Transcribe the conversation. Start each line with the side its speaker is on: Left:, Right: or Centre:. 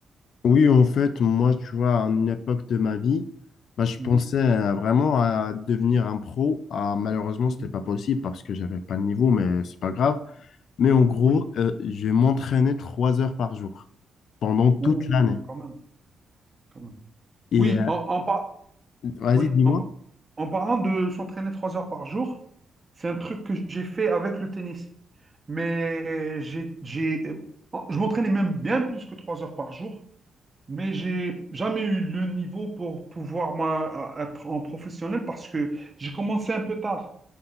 Left: Oui, en fait, moi, tu vois, à une époque de ma vie, bah, je
Right: Mhm,
Left: pensais euh, vraiment à devenir un pro. Ah, malheureusement,
Right: mhm,
Left: ce n'était pas possible parce que j'avais pas le niveau, mais c'est pas grave. Mais en gros,
Right: oui,
Left: euh, je m'entraînais trois heures par jour pendant toute
Right: Ouh,
Left: l'année.
Right: quand même, quand même.
Left: Et
Right: Oui,
Left: euh,
Right: en, en par-
Left: vas-y,
Right: oui,
Left: dis-moi.
Right: en, par- en parlant de s'entraîner trois heures par jour, c'est un truc que j'ai fait avec le tennis. mais j'ai, j'ai, oh, je m'entraînais même bien plus que trois heures par jour, mais j'ai jamais eu le niveau pour pouvoir moi, être en professionnel parce que j'ai commencé un peu tard.